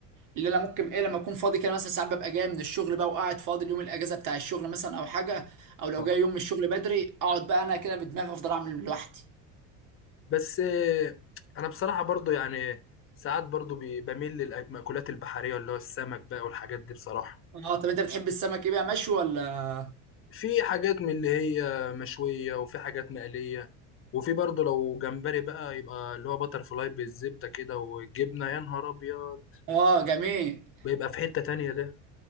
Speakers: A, on the right (about 55°); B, on the left (about 35°).
A: اللي انا ممكن ايه لما اكون فاضي كده مثلا ساعات ببقى جاي من الشغل بقى وقاعد فاضي اليوم الاجازه بتاع الشغل مثلا او حاجه او لو
B: آه.
A: جاي يوم من الشغل بدري اقعد بقى انا كده بدماغي افضل اعمل لوحدي
B: بس آه، انا بصراحه برضو يعني ساعات برضو بي- بميل للمأكولات البحريه اللي هو السمك بقى والحاجات دي بصراحه
A: اه طب انت بتحب السمك ايه بقى مشوي ولا
B: في حاجات من اللي هي مشوية وفي حاجات مقلية وفي برضه لو جمبري بقى يبقى اللي هو باتر فلاي بالزبدة كده والجبنة يا نهار أبيض
A: اه جميل
B: بيبقى في حتة تانية ده